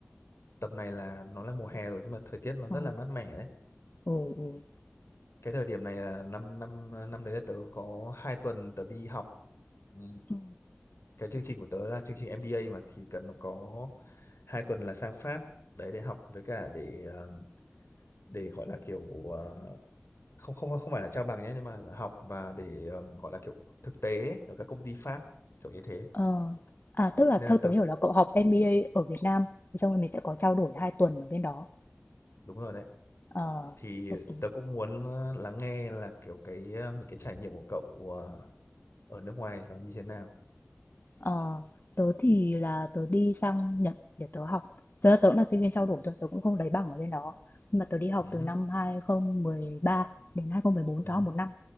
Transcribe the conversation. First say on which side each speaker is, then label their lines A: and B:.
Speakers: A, on the left; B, on the left.
A: tầm này là nó là mùa hè rồi nhưng mà thời tiết nó
B: Ờ,
A: rất là mát mẻ đấy
B: ừ, ừ.
A: cái thời điểm này là năm năm năm đấy là tớ có hai tuần tớ đi học Ừ.
B: Ừ.
A: cái chương trình của tớ là chương trình MBA mà thì cần nó có hai tuần là sang Pháp đấy để học với cả để um, để gọi là kiểu ờ, không không không phải là trao bằng nhé nhưng mà là học và để um, gọi là kiểu thực tế ấy, ở các công ty Pháp kiểu như thế
B: Ờ, à, tức là
A: nên
B: theo
A: là tớ
B: tớ hiểu là cậu học MBA ở Việt Nam, xong rồi mình sẽ có trao đổi 2 tuần ở bên đó.
A: đúng rồi đấy
B: Ờ,
A: thì
B: ok.
A: tớ cũng muốn ờ, lắng nghe là kiểu cái ờ, những cái trải nghiệm của cậu ờ, ở nước ngoài nó như thế nào
B: Ờ, tớ thì là tớ đi sang Nhật để tớ học. Tớ là tớ cũng là sinh viên trao đổi thôi, tớ cũng không lấy bằng ở bên đó. Nhưng mà tớ đi học
A: ừ
B: từ
A: hứ,
B: năm hai không một ba đến 2014,
A: ừ
B: tớ học
A: hứ,
B: một năm.